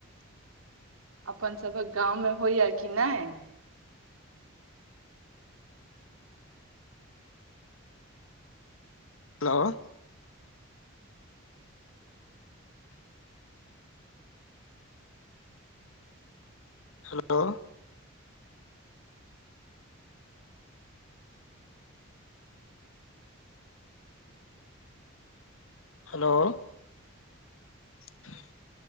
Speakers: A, on the right; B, on the left.
A: अपन सभक गाममे होइएा कि नय
B: हेलो हेलो हेलो <inaudible>